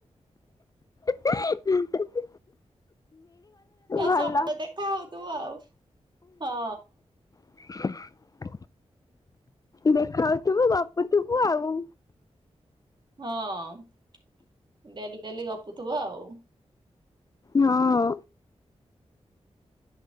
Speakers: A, on the left (about 30°); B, on the right (about 40°).
A: ହୁଁ ହୁଁ ହୁଁ ହୁଁ
B: ତାର
A: ଭଲ
B: ସବୁ ଦେଖା ହଉଥିବ ଆଉ ହଁ
A: <unintelligible> ଦେଖାହଉଥିବୁ ଗପୁଥିବୁ ଆଉ।
B: ହଁ ଡେଲି ଡେଲି ଗପୁଥିବ ଆଉ।
A: ହଁ